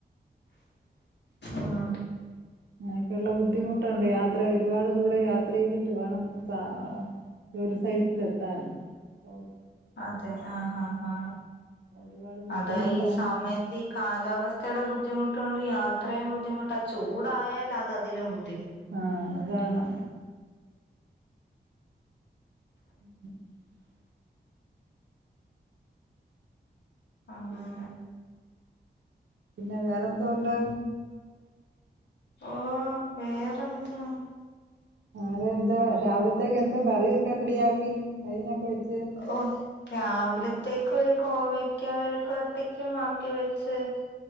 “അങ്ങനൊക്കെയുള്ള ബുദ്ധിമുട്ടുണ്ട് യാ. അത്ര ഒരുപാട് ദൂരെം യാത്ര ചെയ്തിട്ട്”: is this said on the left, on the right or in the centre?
Right